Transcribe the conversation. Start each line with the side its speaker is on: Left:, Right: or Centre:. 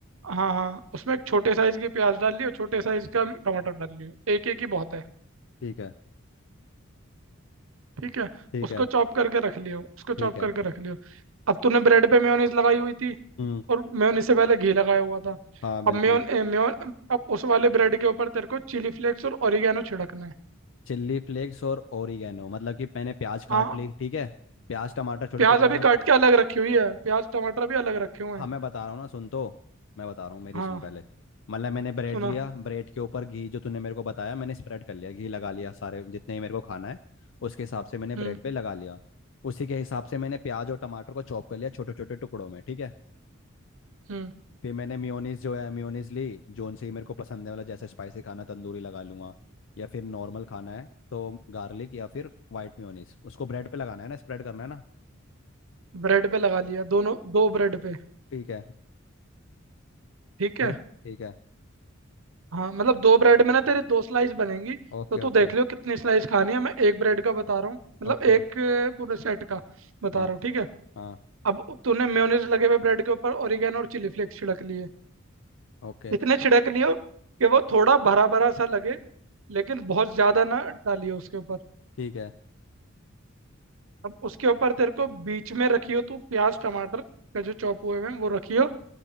Right: हाँ हाँ उसमें एक छोटे साइज की प्याज डाल लियो छोटे साइज का टमाटर डाल लियो एक एक ही बहुत है
Left: ठीक है
Right: ठीक है
Left: ठीक
Right: उसको
Left: है
Right: चॉप करके रख लियो उसको
Left: ठीक
Right: चॉप
Left: है
Right: करके रख लियो अब तूने ब्रेड पे मेयोनीज लगाई हुई थी
Left: हम्म
Right: और मेयोनीज से पहले घी लगाया हुआ था
Left: हाँ बिल्कुल
Right: अब मेयोन ए, मेयोन अब उस वाले ब्रेड के ऊपर तेरे को चिली फ्लेक्स और ओरिगेनो छिड़कना है
Left: चिल्ली फ्लेक्स और ओरिगेनो मतलब कि मैंने प्याज काट
Right: हाँ
Left: ली ठीक है प्याज टमाटर छोटे
Right: प्याज
Left: टुकड़े
Right: अभी
Left: में
Right: काट के अलग रखी हुई है प्याज टमाटर भी अलग रखे हुए
Left: हाँ
Right: हैं
Left: मैं बता रहा हूँ ना सुन तो मैं बता रहा हूँ मेरी
Right: हाँ
Left: सुन पहले मतलब मैंने ब्रेड
Right: सुना
Left: लिया ब्रेड के ऊपर घी जो तूने मेरे को बताया मैंने स्प्रेड कर लिया घी लगा लिया सारे जितने ही मेरे को खाना है उसके हिसाब से मैंने ब्रेड
Right: हम्म
Left: पे लगा लिया उसी के हिसाब से मैंने प्याज और टमाटर को चॉप कर लिया छोटे छोटे टुकड़ों में ठीक है
Right: हम्म
Left: फिर मैंने मेयोनीज जो है मेयोनीज ली जोन से ही मेरे को पसंद है वाला जैसे स्पाइसी खाना तंदूरी लगा लूंगा या फिर नॉर्मल खाना है तो गार्लिक या फिर वाइट मेयोनीज उसको ब्रेड पे लगाना है ना स्प्रेड करना है ना
Right: ब्रेड पे लगा लिया दोनों दो ब्रेड पे
Left: ठीक है
Right: ठीक
Left: फिर
Right: है
Left: ठीक है
Right: हाँ मतलब दो ब्रेड में ना तेरे दो स्लाइस बनेंगी
Left: Okay
Right: तो तू
Left: okay
Right: देख लियो कितनी स्लाइस खानी है मैं एक ब्रेड का बता रहा हूँ मतलब
Left: ओके
Right: एक अ, पूरे सेट का बता
Left: हाँ
Right: रहा हूँ ठीक है
Left: हाँ
Right: अब तूने मेयोनीज लगे हुए ब्रेड के ऊपर ओरिगेनो और चिली फ्लेक्स छिड़क लिए
Left: ओके
Right: इतने छिड़क लियो कि वो थोड़ा भरा भरा सा लगे लेकिन बहुत ज़्यादा ना डालियो उसके ऊपर
Left: ठीक है
Right: अब उसके ऊपर तेरे को बीच में रखियो तू प्याज टमाटर का जो चॉप हुए हुए हैं वो रखियो